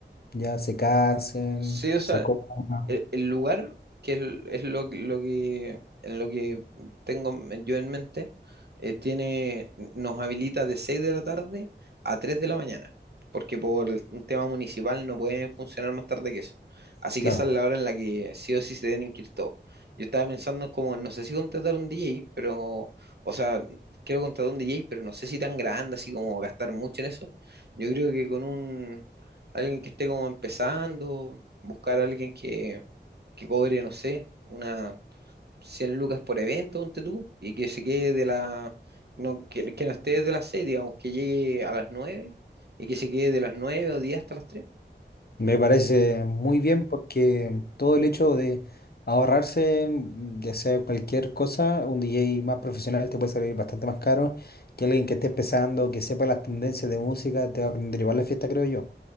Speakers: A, on the left; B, on the right.
A: ya se casen,
B: Sí, o
A: se
B: sea,
A: coman?
B: el, el lugar, que es, es lo, lo que, en lo que tengo en- yo en mente, eh, tiene, nos habilita de 6 de la tarde a 3 de la mañana, porque por el- un tema municipal no pueden funcionar más tarde que eso. Así
A: Claro.
B: que esa es la hora en la que sí o sí se deben inscribir todos. Yo estaba pensando como, no sé si contratar un DJ, pero, o sea, quiero contratar un DJ, pero no sé si tan grande, así como gastar mucho en eso. Yo creo que con un, alguien que esté como empezando, buscar a alguien que, que cobre, no sé, unas 100 lucas por evento, ponte tú, y que se quede de la, no, que, que no esté desde las 6 digamos, que llegue a las 9 y que se quede de las 9 o 10 hasta las tres
A: Me parece muy bien porque todo el hecho de ahorrarse, mm, ya sea cualquier cosa, un DJ más profesional te puede salir bastante más caro que alguien que esté empezando, que sepa las tendencias de música, te va a aprender igual la fiesta, creo yo.